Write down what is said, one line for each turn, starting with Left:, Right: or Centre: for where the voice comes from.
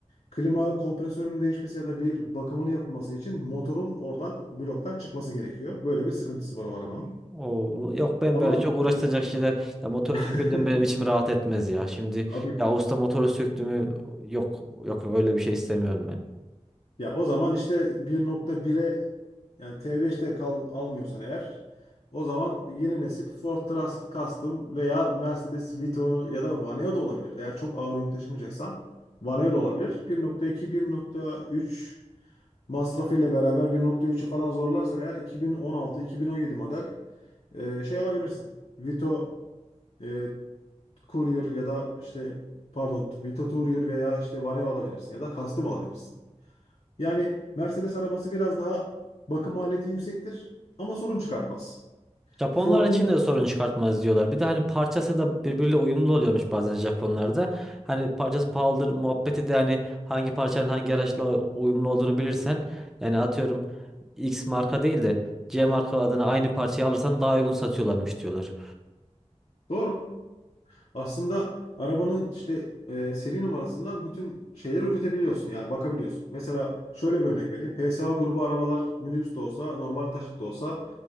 Left: klima kompresörünün değişmesi ya da bir bakımını yapılması için motorun oradan bloktan çıkması gerekiyor. Böyle bir sıkıntısı var o arabanın.
Centre: Oo, yok ben
Left: Ama
Centre: böyle çok uğraştıracak şeyler ya motor söküldü
Left: <laughs>
Centre: mü benim içim rahat etmez ya. Şimdi
Left: Abi
Centre: ya usta motoru söktü mü yok yok öyle bir şey istemiyorum ben.
Left: ya o zaman işte 1.1'e yani T5'te kal, almıyorsan eğer o zaman yeni nesil Ford Transit Custom veya Mercedes Vito ya da Vaneo da olabilir. Eğer çok ağır yük taşımayacaksan Vaneo da olabilir. 1.2, 1.3 masrafıyla beraber 1.3'ü falan zorlarsan eğer 2016-2017 model e, şey alabilirsin. Vito e, Courier ya da işte pardon Vito Courier veya işte Vaneo alabilirsin ya da Custom alabilirsin. Yani Mercedes arabası biraz daha bakım maliyeti yüksektir ama sorun çıkartmaz.
Centre: Japonlar
Left: Ford'un
Centre: için de sorun çıkartmaz diyorlar. Bir de hani parçası da birbiriyle uyumlu oluyormuş bazen Japonlarda. Hani parçası pahalıdır muhabbeti de hani hangi parçanın hangi araçla uyumlu olduğunu bilirsen yani atıyorum X marka değil de C marka adına aynı parçayı alırsan daha uygun satıyorlarmış diyorlar.
Left: doğru. Aslında arabanın işte e, seri numarasından bütün şeyleri üretebiliyorsun. Yani bakabiliyorsun. Mesela şöyle bir örnek vereyim. PSA grubu arabalar minibüs de olsa, normal taşıt da olsa